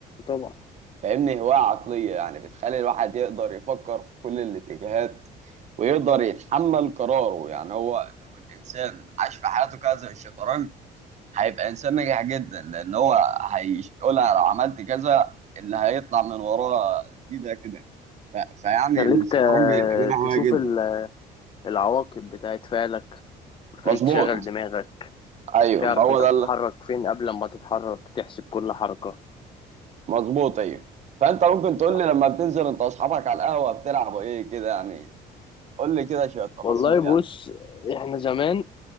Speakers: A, on the left; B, on the right.
A: طبعا
B: فاهمني هوايه عقليه يعني بتخلي الواحد يقدر يفكر في كل الاتجاهات ويقدر يتحمل قراره يعني هو لو الانسان عاش في حياته كذا زي الشطرنج هيبقى انسان ناجح جدا لان هو هيقول أنا لو عملت كذا اللي هيطلع من وراه دي ده كده ف... فيعني
A: خليك
B: الشطرنج
A: ت-
B: للامانه هوايه
A: تشوف
B: جدا
A: ال- العواقب بتاعت فعلك وتخليك
B: مظبوط
A: تشغل دماغك
B: ايوه
A: تعرف
B: ما هو
A: انت
B: ده
A: هتتحرك فين قبل ما تتحرك تحسب كل حركة
B: مظبوط ايوه فانت ممكن تقول
A: صح
B: لي لما بتنزل انت واصحابك على القهوه بتلعبوا ايه كده يعني قول لي كده شويه تفاصيل
A: والله بص
B: يعني
A: احنا زمان